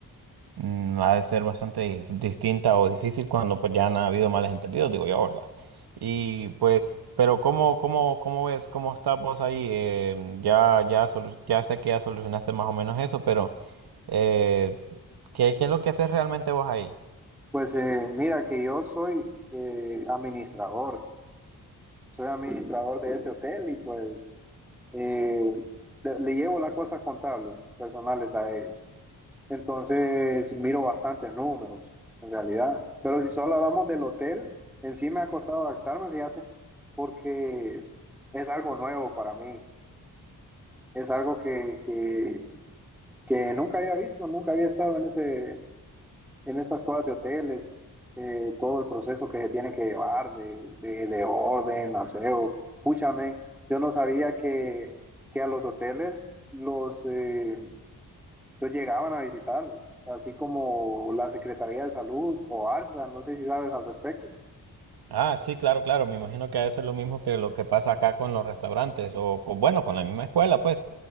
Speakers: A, on the right; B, in the centre.
A: Mm, ha de ser bastante di- distinta o difícil cuando pues ya han habido males entendidos, digo yo, ¿verdad? Y pues, pero ¿cómo, cómo, cómo ves, cómo estás vos ahí? Eh, ya, ya, solu- ya sé que ya solucionaste más o menos eso, pero eh, ¿qué, qué es lo que haces realmente vos ahí?
B: Pues eh, mira que yo soy eh, administrador. Soy administrador de ese hotel y pues eh, de- le llevo las cosas contables, personales a ellos. Entonces miro bastantes números, en realidad. Pero si solo hablamos del hotel, en sí me ha costado adaptarme, fíjate, porque es algo nuevo para mí. Es algo que, que, que nunca había visto, nunca había estado en ese, en esas cosas de hoteles, eh, todo el proceso que se tiene que llevar de, de, de orden, aseo. Púchame, yo no sabía que, que a los hoteles los, eh, ellos llegaban a visitarlos, así como la Secretaría de Salud o ARSA, no sé si sabes al respecto.
A: Ah, sí, claro, claro, me imagino que ha de ser lo mismo que lo que pasa acá con los restaurantes o con, bueno, con la misma escuela, pues,